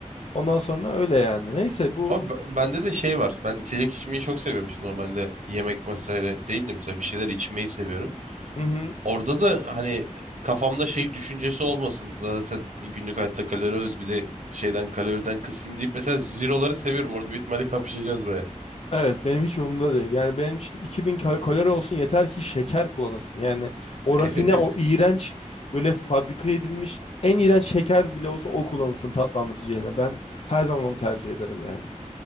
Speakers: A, on the left; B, on the right.
A: Ondan sonra öyle yani. Neyse bu
B: Ama b- bende de şey var. Ben içecek içmeyi çok seviyorum. Şimdi normalde yemek vesaire değil de mesela bir şeyler içmeyi seviyorum.
A: Hı hı.
B: Orada da hani kafamda şey düşüncesi olmasın. Zaten günlük hayatta kalori alıyoruz. Bir de şeyden kaloriden kısayım deyip mesela zeroları seviyorum. Orada büyük ihtimalle kapışacağız baya.
A: Evet benim hiç umurumda değil. Yani benim için 2000 kal- kalori olsun yeter ki şeker kullanılsın. Yani o
B: <laughs>
A: rafine o iğrenç böyle fabrika edilmiş en iğrenç şeker bile olsa o kullanılsın tatlandırıcı yerine. Ben her zaman onu tercih ederim yani.